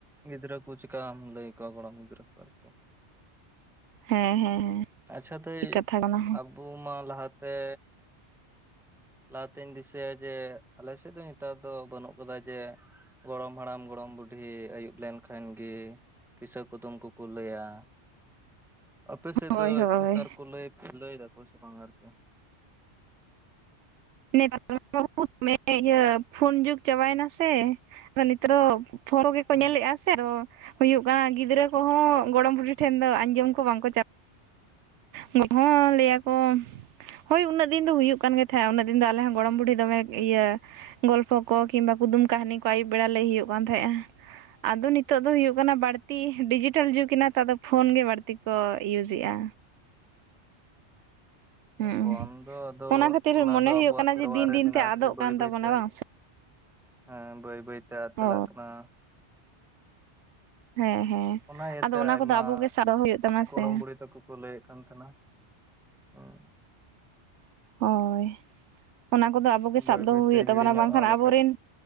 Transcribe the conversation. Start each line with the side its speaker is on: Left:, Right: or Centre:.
Centre: ᱜᱤᱫᱽᱨᱟᱹ ᱠᱚ ᱪᱤᱠᱟᱢ ᱞᱟᱹᱭ ᱟᱠᱚᱣᱟ ᱜᱚᱲᱚᱢ ᱜᱤᱫᱽᱨᱟᱹ ᱠᱚ ᱟᱨᱠᱤ᱾
Right: ᱦᱮᱸ ᱦᱮᱸ
Centre: ᱟᱪᱪᱷᱟ ᱫᱟᱹᱭ
Right: ᱴᱷᱤᱠ ᱠᱟᱛᱷᱟ ᱠᱟᱱᱟ
Centre: ᱟᱵᱚ ᱢᱟ ᱞᱟᱦᱟᱛᱮ ᱞᱟᱦᱟᱛᱤᱧ ᱫᱤᱥᱟᱹᱭᱟ ᱡᱮ ᱟᱞᱮ ᱥᱮᱫ ᱫᱚ ᱱᱮᱛᱟᱨ ᱫᱚ ᱵᱟᱹᱱᱩᱜ ᱠᱟᱫᱟ ᱡᱮ ᱜᱚᱲᱚᱢ ᱦᱟᱲᱟᱢ ᱜᱚᱲᱚᱢ ᱵᱩᱰᱷᱤ ᱟᱹᱭᱩᱵ ᱞᱮᱱᱠᱷᱟᱱ ᱜᱮ ᱠᱤᱥᱟᱹ ᱠᱩᱫᱩᱢ ᱠᱚᱠᱚ ᱞᱟᱹᱭᱟ ᱟᱯᱮ ᱥᱮᱫ
Right: ᱦᱳᱭ
Centre: ᱫᱚ
Right: ᱦᱳᱭ
Centre: ᱱᱮᱛᱟᱨ ᱠᱚ ᱞᱟ. ᱭ ᱞᱟᱹᱭ ᱫᱟᱠᱚ ᱥᱮ ᱵᱟᱝ ᱟᱨᱠᱤ?
Right: ᱱᱮᱛᱟᱨ ᱵᱟᱵᱩ ᱫᱚᱢᱮ ᱤᱭᱟᱹ ᱯᱷᱳᱱ ᱡᱩᱜᱽ ᱪᱟᱵᱟᱭᱮᱱᱟ ᱥᱮ ᱟᱫᱚ ᱱᱤᱛᱨᱚ ᱯᱷᱚᱱ ᱜᱮᱠᱚ
Centre: ᱦᱩᱸ
Right: ᱧᱮᱞᱮᱫᱼᱟ᱾ ᱥᱮ ᱟᱫᱚ ᱦᱩᱭᱩᱜ ᱠᱟᱱᱟ ᱜᱤᱫᱽᱨᱟᱹ ᱠᱚᱦᱚᱸ ᱜᱚᱲᱚᱢ ᱵᱩᱰᱷᱤ ᱴᱷᱮᱱ ᱫᱚ ᱟᱸᱡᱚᱢ ᱠᱚ ᱵᱟᱝ ᱠᱚ ᱪᱟᱞᱟᱜ᱾ <unintelligible> ᱦᱚᱸ ᱞᱟᱹᱭ ᱟᱠᱚ᱾ ᱦᱳᱭ ᱩᱱᱟᱹᱜ ᱫᱤᱱ ᱫᱚ ᱦᱩᱭᱩᱜ ᱠᱟᱱ ᱜᱮ ᱛᱟᱦᱮᱸᱫ ᱩᱱᱟᱹᱜ ᱫᱤᱱ ᱫᱚ ᱟᱞᱮᱦᱚᱸ ᱜᱚᱲᱚᱢ ᱵᱩᱰᱤ ᱫᱚᱢᱮ ᱤᱭᱟᱹ ᱜᱚᱞᱯᱷᱚ ᱠᱚ ᱠᱤᱵᱟ ᱠᱩᱫᱩᱢ ᱠᱟᱹᱦᱱᱤ ᱠᱚ ᱟ. ᱭᱩᱵ ᱵᱮᱲᱟ ᱞᱟᱹᱭ ᱦᱩᱭᱩᱜ ᱠᱟᱱ ᱛᱟᱸᱦᱮᱫ ᱟ᱾ ᱟᱫᱚ ᱱᱤᱛᱚᱜ ᱫᱚ ᱦᱩᱭᱩᱜ ᱠᱟᱱᱟ ᱵᱟᱹᱲᱛᱤ ᱰᱤᱡᱤᱴᱮᱞ ᱡᱩᱜᱽ ᱮᱱᱟ ᱛᱚ, ᱟᱫᱚ ᱯᱷᱳᱱ ᱜᱮ ᱵᱟᱹᱲᱛᱤ ᱠᱚ ᱤᱭᱩᱡ ᱮᱫ ᱟ᱾ ᱦᱩᱸ
Centre: ᱯᱷᱳᱱ ᱫᱚ ᱟᱫᱚ
Right: ᱠᱷᱟᱹᱛᱤᱨ
Centre: ᱚᱱᱟ
Right: ᱢᱚᱱᱮ
Centre: ᱫᱚ
Right: ᱦᱩᱭᱩᱜ
Centre: ᱟᱵᱚᱣᱟᱜ
Right: ᱠᱟᱱᱟ
Centre: ᱥᱮᱨᱣᱟ
Right: ᱡᱮ ᱫᱤᱱ
Centre: ᱨᱮ
Right: ᱫᱤᱱ
Centre: ᱢᱮᱱᱟᱜ
Right: ᱛᱮ
Centre: ᱟᱥᱮ
Right: ᱟᱫᱚᱜ
Centre: ᱵᱟᱹᱭ
Right: ᱠᱟᱱ
Centre: ᱵᱟᱹᱭ
Right: ᱛᱟᱵᱚᱱᱟ
Centre: ᱛᱮ
Right: ᱵᱟᱝ ᱥᱮ
Centre: ᱮᱸ ᱵᱟᱹᱭ ᱵᱟᱹᱭ ᱛᱮ ᱟᱫ ᱪᱟᱞᱟᱜ
Right: ᱦᱳᱭ
Centre: ᱠᱟᱱᱟ᱾
Right: ᱦᱮᱸ ᱦᱮᱸ
Centre: ᱚᱱᱟ ᱤᱭᱟᱹᱛᱮ
Right: ᱟᱫᱚ ᱚᱱᱟ
Centre: ᱟᱭᱢᱟ
Right: ᱠᱚᱫᱚ ᱟᱵᱚᱜᱮ ᱥᱟᱵ ᱫᱚᱦᱚ ᱦᱩᱭᱩᱜ ᱛᱟᱵᱚᱱᱟ ᱥᱮ
Centre: ᱜᱚᱲᱚᱢ ᱵᱩᱲᱦᱤ ᱛᱟᱠᱚ᱾ ᱠᱚ ᱞᱟᱹᱭᱮᱫ ᱠᱟᱱ ᱛᱟᱦᱮᱱᱟ ᱩᱸ᱾
Right: ᱦᱳᱭ ᱚᱱᱟ ᱠᱚᱫᱚ ᱟᱵᱚᱜᱮ ᱥᱟᱵ
Centre: ᱵᱟᱹᱭ
Right: ᱫᱚᱦᱚ
Centre: ᱵᱟᱹᱭᱛᱮ
Right: ᱦᱩᱭᱩᱜ ᱛᱟᱵᱚᱱᱟ
Centre: ᱦᱤᱲᱤᱧᱚᱜᱼᱟ
Right: ᱵᱟᱝ ᱠᱷᱟᱱ
Centre: ᱵᱟᱠᱷᱟᱡ
Right: ᱟᱵᱚᱨᱮᱱ